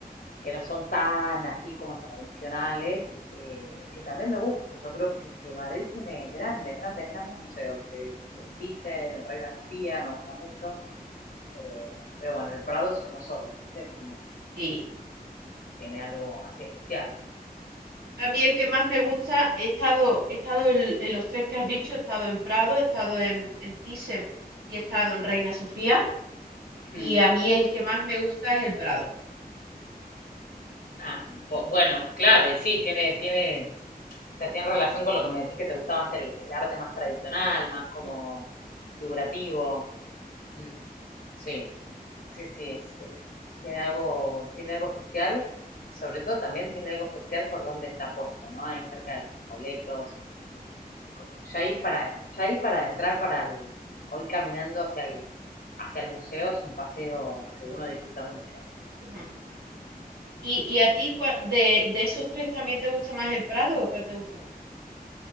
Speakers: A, on the left; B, on the right.
A: que no son tan así como tradicionales, eh, que también me gustan. Yo creo que, que Madrid tiene grandes, grandes, grandes museos. Eh, el Thyssen, el Reina Sofía, me gusta mucho. eh, pero bueno, el Prado es uno solo, ¿viste? Es como
B: Sí.
A: tiene algo así especial.
B: A mí el que más me gusta, he estado, he estado en, en los tres que has dicho, he estado en Prado, he estado en, en Thyssen y he estado en Reina Sofía. Y
A: Mm.
B: a mí el que más me gusta es el Prado.
A: Ah, po- bueno, claro, y sí, tiene, tiene, o sea, tiene relación con lo que me decís que te gusta más el, el arte más tradicional, más como
B: Mm,
A: figurativo. Mm. Sí, sí, sí, es, es- tiene algo, tiene algo especial, sobre todo también tiene algo especial por donde está puesto, ¿no? Ahí cerca de los Recoletos, es como ya ir para, ya ir para entrar para el, o ir caminando hacia el, hacia el museo es un paseo que uno disfruta mucho.
B: ujú. ¿Y, y a ti cua- de, de esos tres también te gusta más el Prado o cuál te gusta más?